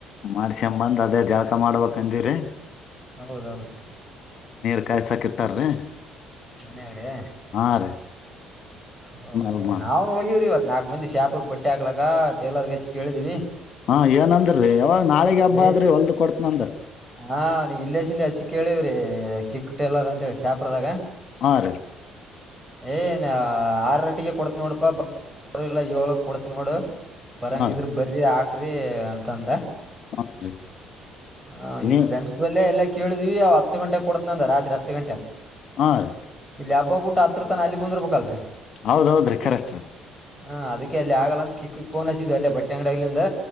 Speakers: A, on the left; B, in the centre.
A: ಮಾಡ್ಸಕ ಬಂದ್ ಅದೇ ಜಳ ಮಾಡಬೇಕಂದಿರಿ
B: ಹೌದೌದು
A: <unintelligible>
B: ಮನಗ್ರೆ
A: ಹಾ ರೀ
B: ಹೌದ್
A: ಆಮೇಲ್
B: ಹೌದು
A: ಮಾಡ
B: ನಾವ್ನು ಹೋಗಿವವ್ರಿ ಇವತ್ ನಾಕ್ ಮಂದಿ ಶಾಪರ್ಗ್ ಬಟ್ಟೆ ಹಾಕ್ಲಕ್ಕ ಟೇಲರ್ಗ್ ಹಚ್ಚಿ ಕೇಳದ್ವಿ.
A: ಹಾ ಏನ್ ಅಂದ್ರೀ ನಾಳಿಗ್ ಹಬ್ಬ್ರ
B: ಏ
A: ಹೊಲ್ದ ಕೊಡ್ತಿನ
B: ಹಾ ಅವ್ನ ಇಲ್ಲಸಿಂದ ಹಚ್ಚಿೇಳಿವ್ರಿ ಕಿಕ್ ಟೇಲರ್ ಅಂತ ಹೇಳಿ ಶಾಪ್ರದಾಗ.
A: ಹಾ ರೀ.
B: ಏನ್ ಆರಟ್ಟಿಗೆ ಕೊಡ್ತ ನೋಡಪಾಲ್ಲ ಏಳ ಕೊಡ್ತಿ ನೋಡು. ಬರಂಗಿದ್ರ
A: ಹಾ ರೀ
B: ಬರಿ ಆಕ್ರಿ ಅಂತ ಅಂದ.
A: <inaudible>
B: ಹ ಇಲ್ಲಿ
A: ನೀವ್
B: ಫ್ರೆಂಡ್ಸ್ ಬಲ್ಲೆ ಎಲ್ಲ ಕೇಳಿದಿವವಿ ಅವ ಹತ್ತು ಗಂಟೆ ಕೊಡತನಂದ ರಾತ್ರಿ ಹತ್ತು ಗಂಟೆಗ.
A: ಹಾ ರೀ
B: ಇಲ್ಲಿ ಹಬ್ಬ ಬುಟ್ ಆತ್ರ ತನ ಅಲ್ಲಿಕುಂದ್ರು ರ್ಬೇಕಲ್ರಿ.
A: ಹೌದೌದ್ರಿ ಕರೆಕ್ಟ್ ರೀ
B: ಹಾ ಅದಕ್ಕೆ ಅಲ್ಲಿ ಆಗಲ್ಲ ಅಂತ ಕಿಕ್ಕಕ್ಫೋನ್ ಹಚ್ಚಿದ್ವಿ ಅಲ್ಲೇ ಬಟ್ಟೆ ಅಂಗಡಿಲಿಂದ.